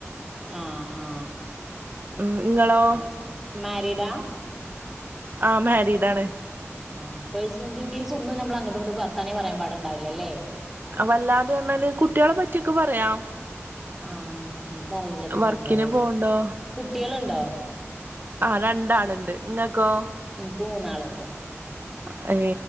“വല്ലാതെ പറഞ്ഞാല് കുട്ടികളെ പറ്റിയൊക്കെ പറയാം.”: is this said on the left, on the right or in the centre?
Right